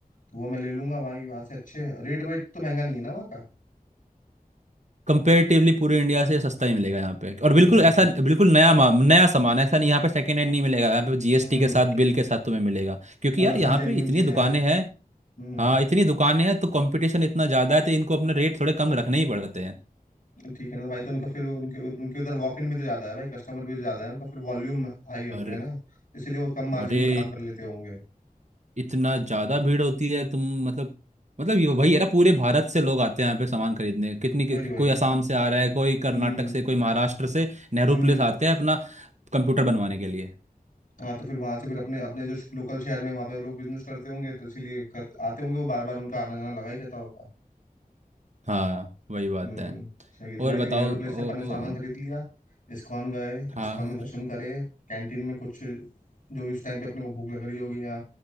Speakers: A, on the left; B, on the right.
A: तो वो मैं ले लूंगा भाई वहाँ से अच्छे रेट वेट तो महंगा नहीं है ना वहाँ का
B: कंपेरेटिवली पूरे इंडिया से सस्ता ही मिलेगा यहाँ पे और बिल्कुल
A: चलो ठीक
B: ऐसा
A: है
B: बिल्कुल नया मा- नया सामान है, ऐसा नहीं यहाँ पे सेकेंड हैंड नहीं मिलेगा यहाँ पे जीएसटी
A: हम्म
B: के साथ बिल के साथ तुम्हें मिलेगा क्योंकि
A: अच्छा, मतलब
B: यार
A: सब
B: यहाँ
A: जेन्यून
B: पे इतनी
A: चीजें
B: दुकानें
A: हैं
B: हैं
A: हम्म
B: हाँ इतनी दुकानें हैं तो कंपटीशन इतना ज्यादा है तो इनको अपने रेट थोड़े कम रखने ही पड़ते हैं
A: ठीक है ना तो भाई तो उनका फिर उनके उनके उधर वॉक इन भी तो ज्यादा है भाई कस्टमर भी तो ज्यादा है उनका फिर वॉल्यूम हाई हो
B: और
A: गया ना तो इसीलिए वो कम मार्जिन
B: अरे
A: में काम कर लेते होंगे
B: इतना ज्यादा भीड़ होती है तुम मतलब मतलब ये वही है ना पूरे भारत से लोग आते हैं यहाँ पे सामान खरीदने कितनी
A: वही
B: कि,
A: वही
B: कोई असम से आ रहा है कोई
A: हम्म
B: कर्नाटक से कोई महाराष्ट्र से नेहरू
A: हम्म
B: प्लेस
A: हम्म।
B: आते हैं अपना कंप्यूटर बनवाने के लिए
A: हाँ तो फिर वहां से फिर अपने अपने जो लोकल शहर में वहां पे वो लोग बिजनेस करते होंगे तो इसीलिए कर आते होंगे वो बार बार उनका आना जाना लगा ही रहता होगा
B: हाँ वही बात
A: हम्म
B: है
A: सही है तो
B: और
A: भाई देख
B: बताओ
A: नेहरू प्लेस
B: ओ,
A: से अपन ने सामान खरीद लिया इस्कॉन गए
B: हाँ
A: इस्कॉन में दर्शन करे कैंटीन में कुछ जो इस टाइम पे अपने को भूख लग रही होगी या